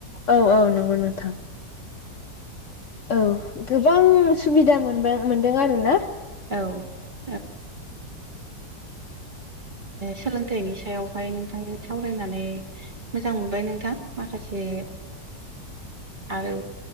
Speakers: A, on the left; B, on the right.
A: औ औ नंगौ नोंथां औ गोबां सुबिदा मोनदों मोनदों आरोना
B: औ औ <unintelligible> सोलोंथाइनि सायावहाय नोंथांजों सावरायनानै मोजां मोनबाय नोंथां माखासे आरो